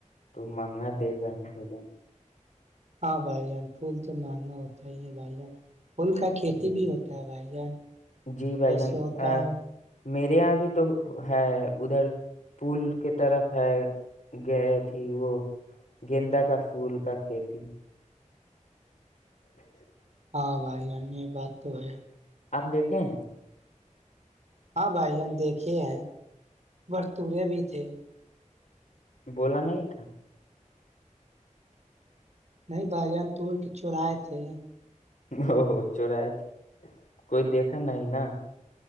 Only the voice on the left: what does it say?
تو مہنگا دے گا ہی بھائی جان
جی
جی بھائی
جان
آ،
میرے یہاں بھی تو ہے ادھر پول کے طرف ہے گئے تھی وہ گیندا کا پھول کا کھیتی سہی
آپ دیکھے ہیں
بولا نہیں تھا
او چورئے تھے کوئی دیکھا نہیں نا